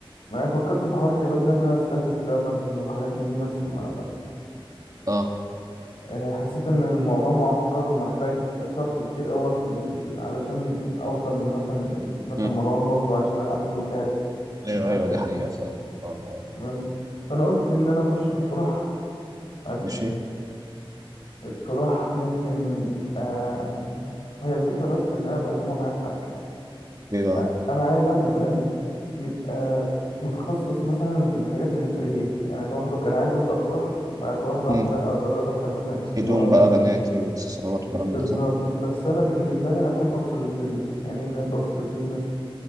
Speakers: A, on the left; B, on the right.
A: انا فكرت في حوار الكبات ده ان انا استهدف رابرز وحاجات من دي بس ما لا
B: اه
A: إيه، حسيت ان الموضوع معقد ومحتاج صرف كتير اول في ال... علشان اوصل لمثلا مثلا
B: امم
A: مروان بابلو عشان اعمل له كاب
B: ايوه
A: مش عارف
B: ايوه دي
A: ايه
B: حقيقه فعلا اه دي حقيقه
A: المهم، فانا قلت ان انا اخش في الطرح حلو.
B: ماشي
A: الطرح ممكن آه... هي الفكره بس ان انا مقزمها معايا في حاجه
B: ايه بقى
A: أ- انا عايز اعمل براند يبقى متخصص مثلا في الحاجات النسائيه يعني برضو كان عايز ابدا طرح بعد واحده واحده
B: امم
A: اقدر ادخل مثلا اكسسوارات
B: هدوم بقى بناتي واكسسوارات وكلام من
A: بالظبط
B: ده صح
A: بس انا بالنسبه لي انا بحب افصل البيزنس يعني إيه بحب افصل البيزنس